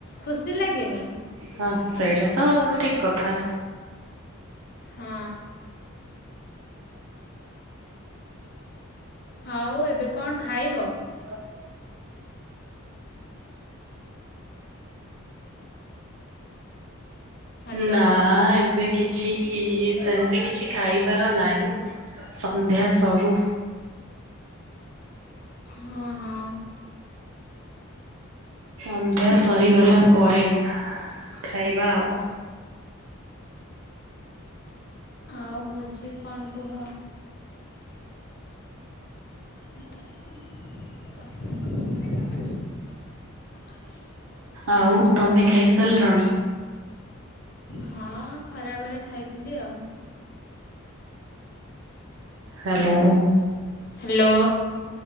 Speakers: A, on the left (about 45°); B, on the right (about 75°).
A: ଖୁସି ଲାଗେନି।
B: ହଁ ସେଇଟା ତ ଠିକ କଥା।
A: ହଁ। ଆଉ ଏବେ କଣ ଖାଇବ?
B: <unintelligible>
A: ହ୍ୟାଲୋ
B: ନା ଏବେ କିଛି ସେମିତି କିଛି ଖାଇବାର ନାହିଁ। ସନ୍ଧ୍ୟା ସରୁ।
A: ହଁ ହଁ।
B: ସନ୍ଧ୍ୟା ସରିଗଲା ପରେ ଖାଇବା ଆଉ।
A: ଆଉ ହଉଛି କଣ କୁହ? <unintelligible>
B: ଆଉ ତମେ ଖାଇ ସାରିଲଣି?
A: ହଁ ଖରାବେଳେ ଖାଇଥିଲି ଆଉ।
B: Hello,
A: hello